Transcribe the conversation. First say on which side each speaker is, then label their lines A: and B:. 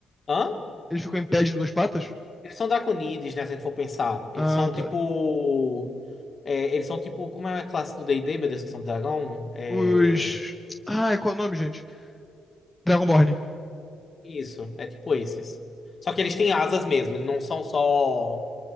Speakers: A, on the left; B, in the centre.
A: Hã?
B: Ele ficou em pé de duas patas?
A: Eles são draconides, né? Se a gente for pensar.
B: Ah,
A: Eles são
B: tá.
A: tipo. é, eles são tipo. Como é a classe do D&D, meu Deus, que são dragão? É.
B: Os. Ai, qual é o nome, gente? Dragonborn.
A: Isso, é tipo esses. Só que eles têm asas mesmo, não são só.